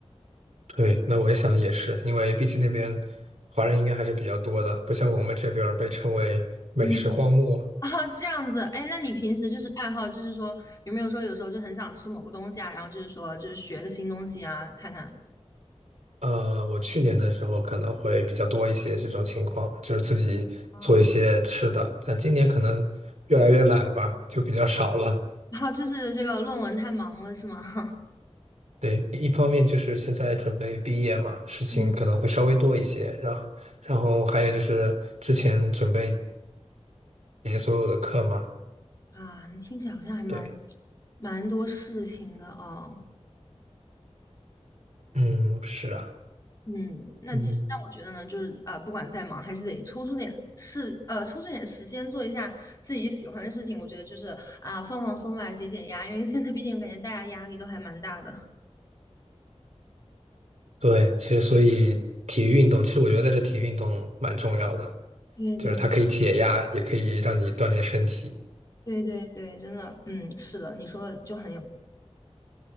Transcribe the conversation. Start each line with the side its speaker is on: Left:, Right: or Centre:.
Right: 对，那我也想也是，因为毕竟那边华人应该还是比较多的，不像我们这边儿被称为美食荒漠。
Left: 嗯，<laughs> 啊，这样子，哎，那你平时就是爱好，就是说有没有说有时候就很想吃某个东西啊，然后就是说就是学个新东西啊，看看，
Right: 呃，我去年的时候可能会比较多一些这种情况，就是自己做一些吃的，
Left: 啊，
Right: 但今年可能越来越懒吧，就比较少了。
Left: <laughs> 然后就是这个论文太忙了是吗？
Right: 对，一方面就是现在准备毕业嘛，
Left: <laughs>
Right: 事情可能会稍微多一些，
Left: 嗯，
Right: 然后，然后还有就是之前准备结所有的课嘛，
Left: 啊，听起来好像还蛮
Right: 对，
Left: 蛮多事情的哦。
Right: 嗯，是啊，
Left: 嗯，那其实那我觉得呢，
Right: 嗯，
Left: 就是啊、呃不管再忙，还是得抽出点事，呃，抽出点时间做一下自己喜欢的事情。我觉得就是啊、放放松吧，解解压，因为现在毕竟感觉大家压力都还蛮大的。
Right: 对，其实所以体育运动，其实我觉得在这体育运动蛮重要的，
Left: 对对。
Right: 就是它可以解压，也可以让你锻炼身体，
Left: 对对对，真的，嗯，是的，你说的就很有，